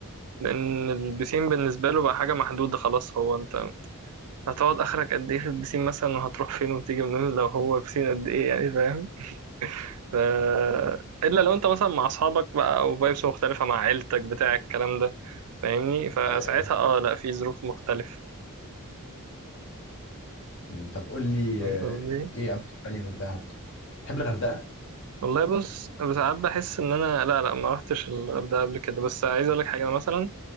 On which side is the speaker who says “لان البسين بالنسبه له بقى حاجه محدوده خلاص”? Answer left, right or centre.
Right